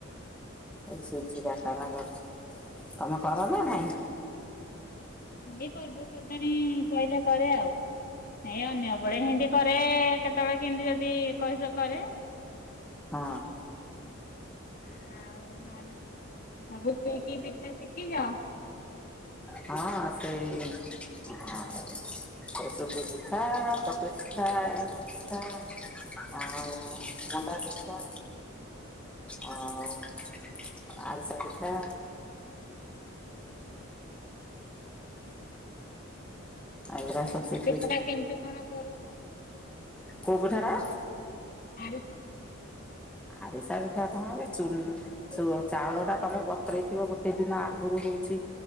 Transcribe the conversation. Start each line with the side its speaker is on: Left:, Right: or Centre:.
Centre: ଏଇ ସୁଜି କାକରା କରୁଛି ତମେ କର ନାଁ ନାଇଁ?
Left: ଏଇ ପର୍ବପର୍ବାଣିୀ ପଇଲେ କରେ ଆଉ। ଏଇ ଅନ୍ୟ ବଳେ ହେଇତି କରେ କେତେବେଳେ କେମିତି ଯଦି କହିବ କରେ।
Centre: ହଁ।
Left: <unintelligible>
Centre: ହଁ ହଁ ସେଇ ଆଉ ଏ ସୁଜି ପିଠା ଚକୁଳି ପିଠା ଏଣ୍ଡୁରି ପିଠା। ଆଉ ମଣ୍ଡା ପିଠା ଆ ଆରିଶା ପିଠା ଏଗୁରା ସବୁ
Left: ଆରିସା
Centre: ଶିଖିଛି।
Left: ପିଠା ଟା କେମିତି କଣ କରୁଛ?
Centre: କୋଉ ପିଠା ଟା?
Left: ଆରିସା।
Centre: ଆରିସା ପିଠା ପାଇଁ ହେଲେ ଚୂଲ୍ <unintelligible> ଚାଉଳ ଟା ତମେ ବତୁରେଇଥିବ ଗୋଟେ ଦିନ ଆଗରୁ ହଉଛି